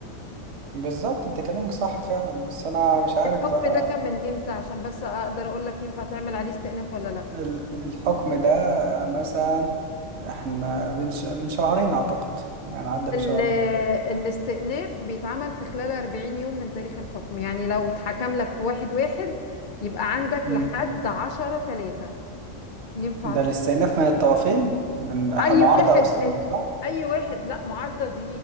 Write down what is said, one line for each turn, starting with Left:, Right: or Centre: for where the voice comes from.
Right: بالظبط انت كلامك صح فعلا بس أنا مش عارف
Left: الحكم
Right: بقى
Left: ده كان من امتى عشان بس اقدر اقول لك ينفع تعمل عليه استئناف ولا لا
Right: ال- الحكم ده مثلا احنا من ش- من شهرين اعتقد يعني عدى لشهرين
Left: ال- الاستئناف بيتعمل في خلال 40 يوم من تاريخ الحكم يعني لو اتحكم لك في واحد واحد يبقى عندك
Right: مم.
Left: لحد عشرة تلاتة ينفع
Right: ده
Left: ت-
Right: الاستئناف من الطرفين من
Left: أي
Right: أح- معارضة
Left: واحد
Right: او استئناف
Left: ال-
Right: صح
Left: أي واحد لا معارضة دي